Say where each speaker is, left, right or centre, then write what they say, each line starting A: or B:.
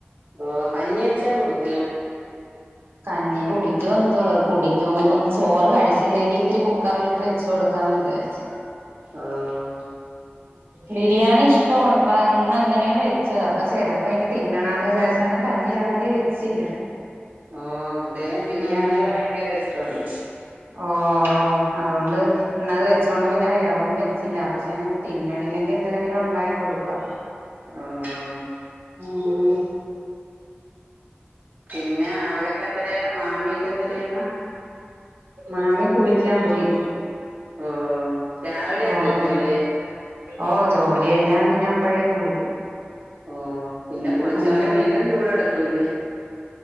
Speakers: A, on the right; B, on the right.
A: ഓ കഞ്ഞി വെച്ചാ കുടിക്കും
B: കഞ്ഞി കുടിക്കും എന്തോ കുടിക്കും ഒ ചോറ് കഴിച്ചില്ലെങ്കിൽ ഇത്തിരി കുക്കറിലിട്ട് വെച്ച കൊടു നക്കാന്ന് വിചാരിച്ചു
A: ഓഹ്
B: ബിരിയാണി ഇഷ്ടമാണ് ഇപ്പ അന്ന് അങ്ങനെയാണ് വെച്ചത് അപ്പ ചെിലപ്പോ ഇനി തിന്നണന്ന് വിചാരിച്ചാണ് കഞ്ഞി രാവിലെ വെച്ചില്ല
A: ഓ ഇവിടെയും ബിരിയാണിയൊക്കെ
B: ഉം
A: ഭയങ്കര ഇഷ്ടമാണ്
B: ഓ അതുകൊണ്ട് എന്നത് വെ വെച്ചൊണ്ട് പിന്നെ വേറൊന്നും വെച്ചില്ല പക്ഷെ തിന്നണില്ലെങ്കിൽ എന്തെരെങ്കിലും ഉണ്ടാക്കി കൊടുക്കാം
A: ഓഹ് ഓഹ്
B: ഉം
A: പിന്നെ അവരൊക്കെ എന്തരെയാണ് മാമിയൊക്കെ എന്തര് ചെയ്യണ്
B: മാമി കുളിക്കാൻ പോയി
A: ഓ രാവിലെ
B: ഓഹ്
A: കുളിക്കൂല്ലേ
B: ഓ ജോലി കഴിഞ്ഞാ പിന്നെ അപ്പഴേ കുളിക്കും
A: ഓ പിന്നെ കുളിച്ചാല്
B: ഉം
A: വീണ്ടും ചൂട് എടുക്കൂലേ